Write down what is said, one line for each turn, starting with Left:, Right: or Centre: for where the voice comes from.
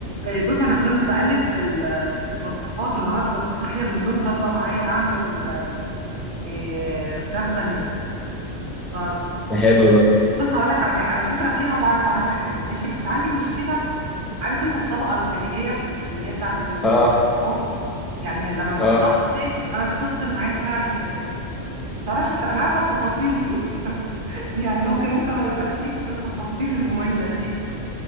Right: إيه، بص انا كنت بقلب في ال- في الوصفات النهارده صاحيه من النوم طالبه معايا اعمل إيه، فراخ بانيه فت...
Centre: ده حلو ده
Right: بص هقول لك على حاجه انا شاطره فيها وبعرف اعملها حلو ماشي بس عندي مشكله عارف انت الطبقه الخارجيه اللي هي بتاعت البقسماط
Centre: اه
Right: يعني لما بحطها
Centre: اه
Right: في الزيت انا بتفصل معايا شويه عن الفراخ تعرفش انا عارفه التفاصيل دي <laughs> يعني ممكن انت ما يبقاش ليك في التفاصيل الممله دي